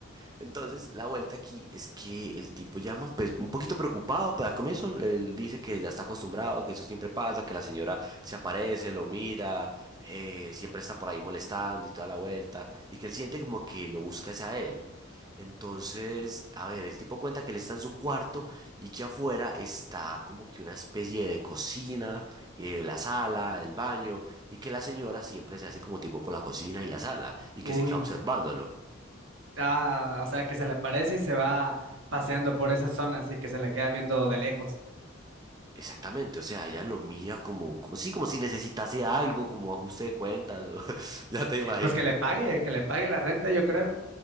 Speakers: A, on the right; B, on the right.
A: Entonces, la vuelta aquí es que el tipo llama, pues, un poquito preocupado, pero al comienzo él dice que ya está acostumbrado, que eso siempre pasa, que la señora se aparece, lo mira, eh, siempre está por ahí molestando y toda la vuelta, y que él siente como que lo busca es a él. Entonces, a ver, el tipo cuenta que él está en su cuarto y que afuera está como que una especie de cocina, eh, la sala, el baño, y que la señora siempre se hace como tipo por la cocina y la sala, y
B: Uy.
A: que se queda observándolo.
B: Ah, o sea, que se le aparece y se va paseando por esas zonas y que se le queda viendo de lejos.
A: Exactamente, o sea, ella lo mira como, como sí, como si necesitase algo, como ajuste de cuentas, o- <laughs> ya te imaginas.
B: Pues que le pague, que le pague la renta, yo creo.